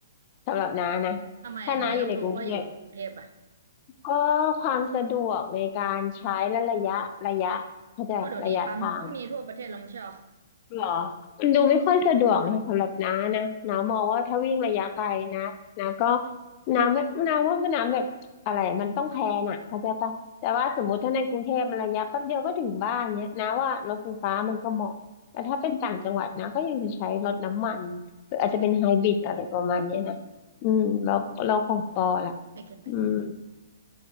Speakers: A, on the left (about 35°); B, on the right (about 75°).
A: สำหรับน้านะ
B: ทำไมทำไมต้องรู้ว่าอยู่กรุงเทพอะ
A: ถ้าน้าอยู่ในกรุงเทพก็ความสะดวกในการใช้และระยะระยะเข้าใจระยะทาง
B: ก็เดี๋ยวนี้ปั๊มก็มีทั่วประเทศแล้วไม่ใช่หรอ
A: เหรอ มันดูไม่ค่อยสะดวกนะคะสำหรับน้านะ น้ามองว่าถ้าวิ่งระยะไกลนะน้าก็น้าไม่น้าว่าน้ำแบบอะไรอะมันต้องแพลนอะเข้าใจปะแต่ว่าสมมติถ้าในกรุงเทพมันระยะแป๊บเดียวก็ถึงบ้านเนี้ยน้าว่ารถไฟฟ้ามันก็เหมาะ แต่ถ้าเป็นต่างจังหวัดนะก็ยังจะใช้รถน้ำมันหรืออาจจะเป็นไฮบริดอะไรประมาณเนี้ยนะอืมเราเราของปอล่ะ
B: ไม่เกินบ่ายสองถึง
A: อืม